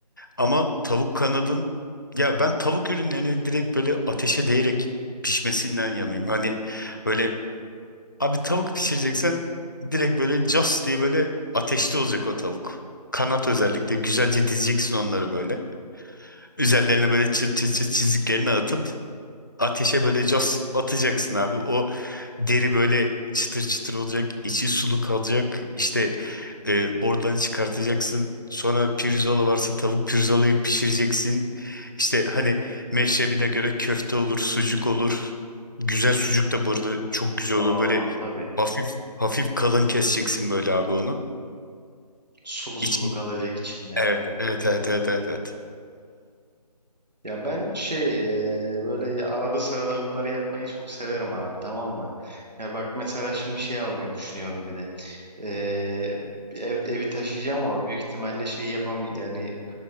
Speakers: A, on the left (about 30°); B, on the right (about 85°).
A: Ama tavuk kanadın ya ben tavuk ürünlerinin direkt böyle ateşe değerek pişmesinden yanayım. Hani böyle Abi tavuk pişireceksen direkt böyle cas diye böyle ateşte olacak o tavuk. Kanat özellikle güzelce dizeceksin onları böyle. Üzerlerine böyle çıt çıt çıt çiziklerini atıp ateşe böyle cas atacaksın abi. O deri böyle çıtır çıtır olacak, içi sulu kalacak. İşte e, oradan çıkartacaksın. Sonra pirzola varsa tavuk pirzolayı pişireceksin. İşte hani meşrebine göre köfte olur, sucuk olur. Güzel sucuk da bu arada çok güzel
B: Aa
A: olur. Böyle
B: tabii.
A: Hafif hafif kalın keseceksin böyle abi onu.
B: Sulu sulu
A: İçinde.
B: kalacak içinde.
A: Evet, evet, evet, evet, evet, evet.
B: Ya ben şey e, böyle ya- arada sırada bunları yapmayı çok severim abi tamam mı? Ya bak mesela şimdi şey almayı düşünüyorum bir de. E, ev, evi taşıyacağım ama büyük ihtimalle şey yapam yani